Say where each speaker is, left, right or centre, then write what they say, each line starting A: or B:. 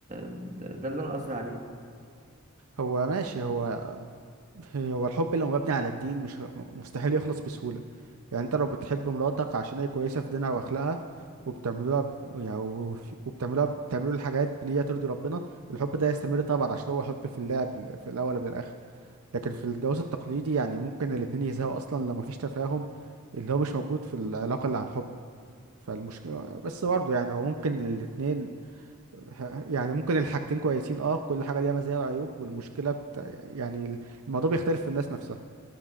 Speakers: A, on the right; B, on the right.
A: ده ده اللي انا قصدي عليه
B: هو ماشي هو هو الحب لو مبني على الدين مش مستحيل يخلص بسهولة يعني انت لو بتحب مراتك عشان هي كويسة في دينها واخلاقها وبتعملوها ب... يعني وف- وبتعملوها بتعملوا الحاجات بنية ترضي ربنا الحب ده يستمر طبعا عشان هو حب في الله قبل- في الاول قبل الاخر لكن في الجواز التقليدي يعني ممكن الاتنين يزهقوا اصلا لو مفيش تفاهم اللي هو مش موجود في العلاقة اللي عن حب فالمشكلة بس برضه يعني هو ممكن الاتنين ه- يعني ممكن الحاجتين كويسين اه كل حاجة ليها مزايا وعيوب والمشكلة بت... يعني الموضوع بيختلف في الناس نفسها